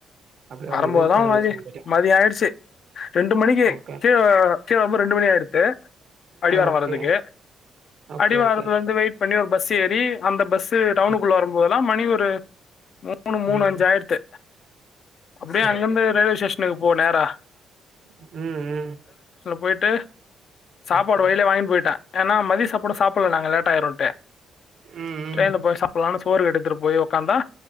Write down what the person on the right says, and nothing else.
அப்டியே
ஒடனே ட்ரையல்
வச்சுட்டு போய்ட்டே
ஓகே
ஆ ஓகே
ஓகே
ஓகே
ம்
ம்
சிறப்பு
ம், ம்
ஓகே
ம் ம்